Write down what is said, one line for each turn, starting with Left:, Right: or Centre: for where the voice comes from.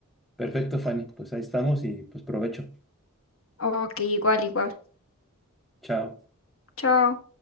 Centre: Perfecto, Fanny. Pues ahí estamos y pues provecho.
Left: Ok, igual, igual.
Centre: Chao.
Left: Chao.